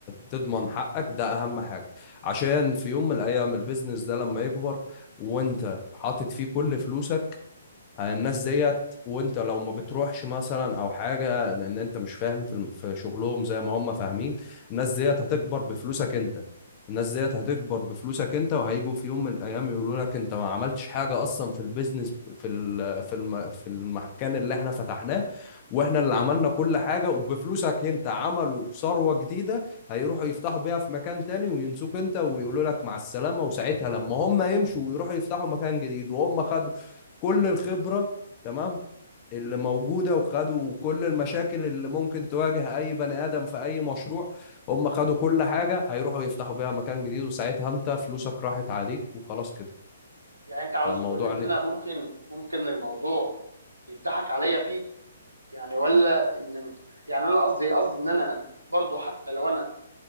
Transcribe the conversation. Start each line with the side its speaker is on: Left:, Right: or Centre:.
Left: تضمن حقك ده اهم حاجة عشان في يوم من الايام البيزنس ده لما يكبر وانت حاطط فيه كل فلوسك على الناس ديت وانت لو ما بتروحش مثلا او حاجه لان انت مش فاهم في الم- في شغلهم زي ما هم فاهمين الناس ديت هتكبر بفلوسك انت الناس ديت هتكبر بفلوسك انت وهيجوا في يوم من الايام يقولوا لك انت ما عملتش حاجه اصلا في البيزنس في ال- في الم- في المكان اللي احنا فتحناه واحنا اللي عملنا كل حاجه وبفلوسك انت عملوا ثروه جديده هيروحوا يفتحوا بيها في مكان تاني وينسوك انت ويقولوا لك مع السلامه وساعتها لما هم يمشوا ويروحوا يفتحوا مكان جديد وهم خدوا كل الخبرة تمام اللي موجودة وخدوا كل المشاكل اللي ممكن تواجه أي بني آدم في أي مشروع هم خدوا كل حاجة هيروحوا يفتحوا بيها مكان جديد وساعتها أنت فلوسك راحت عليك وخلاص كده
Right: يعني انت عاوز
Left: فالموضوع
Right: تقول لي ان
Left: ليه
Right: انا ممكن ممكن الموضوع يضحك عليا فيه يعني ولا ان يعني انا قصدي قصدي ان انا برضو حتى لو انا